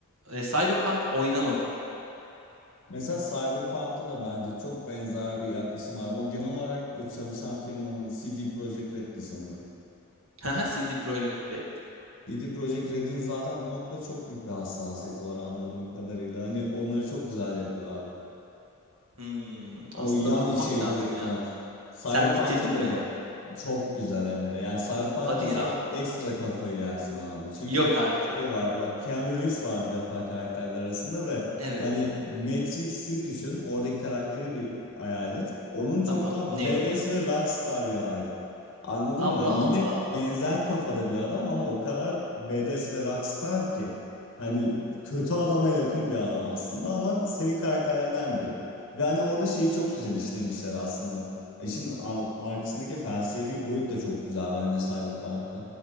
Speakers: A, on the right; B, on the left.
A: E, Cyberpunk oynamadım.
B: Mesela Cyberpunk'ta da bence çok benzer bir yaklaşım var. O genel olarak o çalışan firmanın CD Projekt Red'di sanırım.
A: <laughs> Haha, CD Projekt Red.
B: CD Projekt Red'in zaten bu noktada çok büyük bir hassasiyeti var anladığım kadarıyla. Hani onları çok güzel yapıyor abi.
A: Hımm.
B: O
A: Aslında
B: yan
A: bakmak
B: içerik
A: lazım
B: üretmeler.
A: ya.
B: Cyberpunk'a
A: Sen bitirdin
B: da
A: mi?
B: bak. Çok güzel hem de. Yani Cyberpunk'ta
A: Hadi
B: sen
A: ya.
B: ekstra kafayı yersin abi. Çünkü
A: Yok artık.
B: şey var bak Keanu Reeves var bir defa karakterler arasında ve
A: Evet.
B: hani Matrix'i düşün. Oradaki karakteri bir hayal et. Onun çok
A: Tamam.
B: daha
A: Neo'yu.
B: badass ve rockstar bir hali. Anladın
A: Allah
B: mı? Hani yine
A: Allah.
B: benzer kafada bir adam ama o kadar badass ve rockstar ki. Hani kötü adama yakın bir adam aslında ama senin karakterlerinden biri. Ve hani orada şeyi çok
A: Hımm.
B: güzel işlemişler aslında. İşin ar- arkasındaki felsefi boyut da çok güzel bence Cyberpunk'ta.